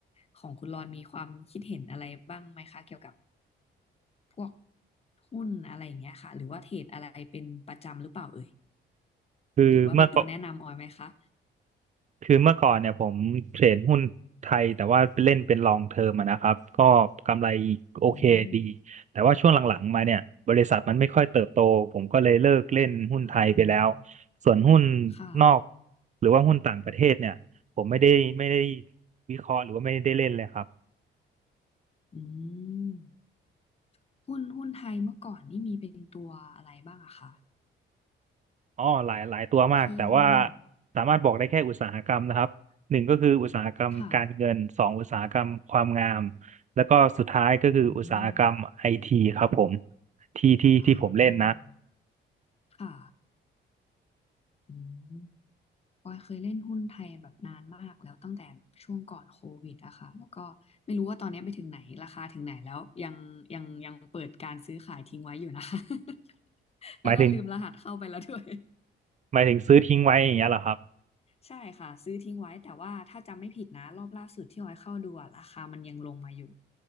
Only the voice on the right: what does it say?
คือเมื่อ
คือเมื่อก่อนเนี่ยผมเทรดหุ้นไทยแต่ว่าเล่นเป็นลองเทอมอะนะครับก็กำไรโอเคดี
แต่ว่าช่วงหลังๆมาเนี่ยบริษัทมันไม่ค่อยเติบโตผมก็เลยเลิกเล่นหุ้นไทยไปแล้ว
ส่วนหุ้น
นอกหรือว่าหุ้นต่างประเทศเนี่ยผมไม่ได้ไม่ได้วิเคราะห์หรือว่าไม่ได้เล่นเลยครับ
อ๋อหลายหลายตัวมากแต่ว่า
สามารถบอกได้แค่อุตสาหกรรมนะครับหนึ่งก็คืออุตสาหกรรมการเงินสองอุตสาหกรรมความงาม
แล้วก็สุดท้ายก็คืออุตสาหกรรมไอทีครับผม
ที่ที่ที่ผมเล่นนะ
หมายถึงหมายถึงซื้อทิ้งไว้อย่างเงี้ยเหรอครับ